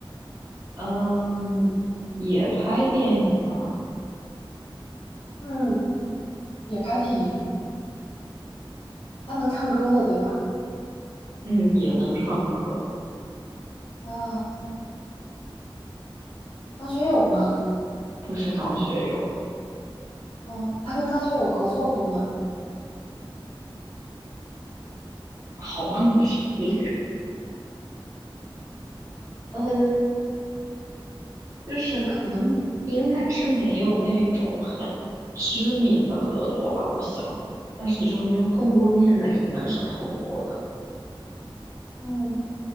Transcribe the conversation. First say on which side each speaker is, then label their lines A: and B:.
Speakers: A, on the right; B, on the left.
A: 嗯，也拍电影吧，
B: 嗯，也拍电影。他能唱歌的，对吧？
A: 嗯，也能唱歌，
B: 啊，张学友吗？
A: 不是张学友。
B: 嗯，他跟张学友合作过吗？
A: 好问题，<laughs> 呃，就是可能应该是没有那种很知名的合作吧，我想。但是你说有没有碰过面那应该是碰过的。
B: 嗯，